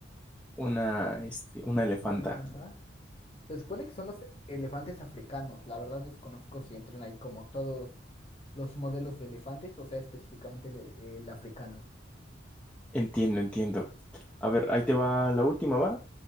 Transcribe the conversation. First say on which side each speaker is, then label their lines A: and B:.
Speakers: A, in the centre; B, on the left (about 30°).
A: una, este, una elefanta.
B: ¿Un elefante? Se supone que son los elefantes africanos. La verdad desconozco si entren ahí como todos los modelos de elefantes, o sea, específicamente el, el africano.
A: Entiendo, entiendo. A ver, ahí te va la última, ¿va?